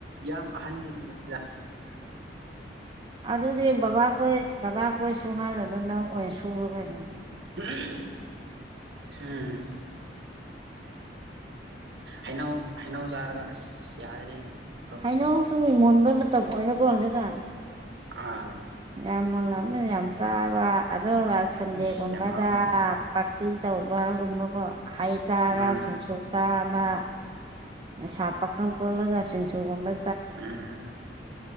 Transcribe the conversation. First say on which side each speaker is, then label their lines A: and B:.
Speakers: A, on the right; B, on the right.
A: ꯌꯥꯝ ꯑꯍꯟꯗꯤ ꯅꯠꯇꯦꯗ꯫
B: ꯑꯗꯨꯗꯤ ꯕꯕꯥꯈꯣꯏ ꯕꯕꯥꯈꯣꯏ ꯁꯨꯍꯜꯂꯅꯨ ꯅꯪ ꯑꯣꯏꯅ ꯁꯨꯔꯣ ꯀꯩꯅꯣ꯫
A: <unintelligible> ꯎꯝ꯫ ꯍꯩꯅꯧ ꯍꯩꯅꯧ ꯆꯥꯔꯒ ꯑꯁ ꯌꯥꯗ꯭ꯔꯦ꯫ ꯕ꯭ꯔꯣ
B: ꯍꯩꯅꯧꯁꯨ ꯃꯨꯟꯕ ꯃꯇꯝ ꯑꯣꯏꯔꯦꯀꯣ ꯍꯧꯖꯤꯛꯀꯥꯟ꯫
A: ꯑꯥ꯫
B: ꯌꯥꯝ ꯃꯨꯜꯂꯝꯅꯤ ꯌꯥꯝ ꯆꯥꯕ ꯑꯗꯨꯒ ꯁꯟꯗꯦꯒꯨꯝꯕꯗ꯫
A: ꯑꯁ ꯌꯥꯝ ꯍꯥꯎꯋꯦ
B: ꯄꯥꯔꯇꯤ ꯇꯧꯕꯒꯨꯝꯕꯀꯣ꯫ ꯍꯩ ꯆꯥꯔꯥ
A: ꯑꯥ
B: ꯁꯤꯡꯁꯨ ꯆꯥꯕ ꯂꯩꯩꯁꯥ ꯄꯥꯈꯪ ꯄꯨꯜꯂꯒ ꯁꯤꯡ ꯖꯨꯒꯨꯝꯕ꯫
A: ꯎꯝ